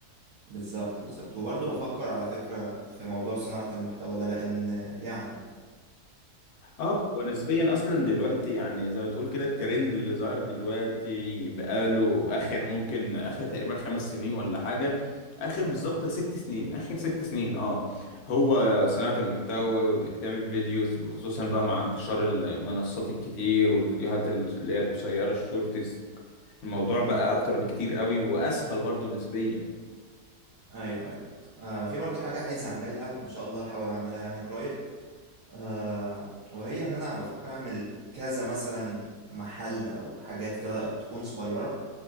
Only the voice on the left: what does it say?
اه ونسبيا اصلا دلوقتي يعني زي ما تقول كده الترند اللي ظاهر دلوقتي بقاله اخر ممكن اخر تقريبا خمس سنين ولا حاجه اخر بالظبط ست سنين اخر ست سنين اه هو صناعه المحتوى وانك تعمل فيديوز وخصوصا بقى مع انتشار المنصات الكتير والفيديوهات اللي هي القصيره الشورتس الموضوع
بقى اكتر بكتير قوي واسهل برضو نسبيا